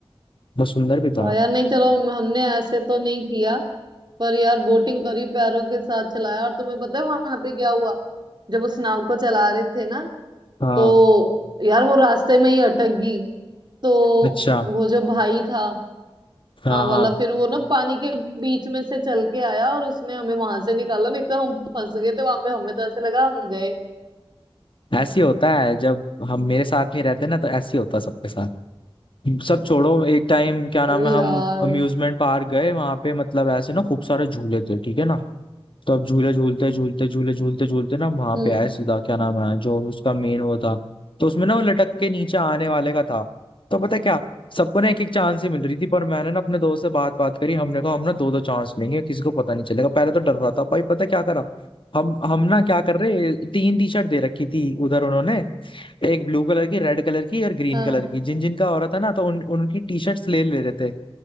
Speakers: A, on the left; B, on the right.
A: बहुत सुंदर भी
B: तो
A: था
B: यार नहीं चलो हम- हमने ऐसे तो नहीं किया पर यार बोटिंग करी पैरों के साथ चलाया और तुम्हें पता है वहां पे क्या हुआ जब उस नाव को चला रहे थे ना
A: हाँ
B: तो यार वो रास्ते में ही अटक गई तो
A: अच्छा
B: वो जो भाई था
A: हाँ
B: हाँ वाला
A: हाँ
B: फिर वो ना पानी के बीच में से चल के आया और उसने हमें वहां से निकाला नहीं तो हम फंस गए थे वहां पे हमें तो ऐसे लगा हम गए
A: <laughs> ऐसी होता है जब हम मेरे साथ नहीं रहते ना तो ऐसी होता है सबके साथ सब छोड़ो एक टाइम क्या नाम
B: अरे
A: है हम
B: यार
A: अम्यूजमेंट पार्क गए वहां पे मतलब ऐसे ना खूब सारे झूले थे ठीक है ना तो अब झूले झूलते झूलते झूले झूलते झूलते ना वहां
B: हम्म
A: पे आए सीधा क्या नाम है जो उसका मेन वो था तो उसमें ना वो लटक के नीचे आने वाले का था तो पता है क्या सबको ना एक एक चांस ही मिल रही थी पर मैंने ना अपने दोस्त से बात बात करी हमने कहा हम ना दो दो चांस लेंगे किसी को पता नहीं चलेगा पहले तो डर रहा था भाई पता है क्या करा हम हम ना क्या कर रहे तीन टी शर्ट दे रखी थी उधर उन्होंने एक ब्लू कलर की रेड कलर की और ग्रीन
B: हाँ
A: कलर की जिन जिन का हो रहा था ना तो उन उनकी टी शर्ट्स ले ले रहे थे